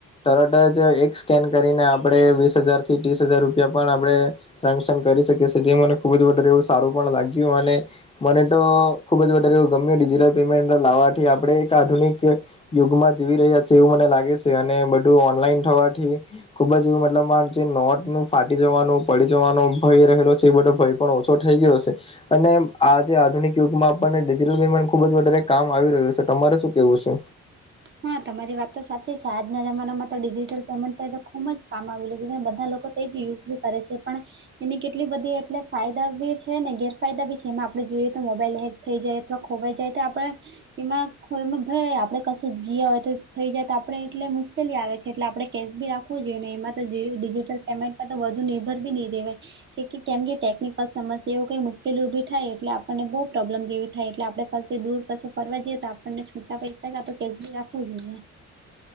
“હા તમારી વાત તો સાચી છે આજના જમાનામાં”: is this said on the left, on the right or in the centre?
Right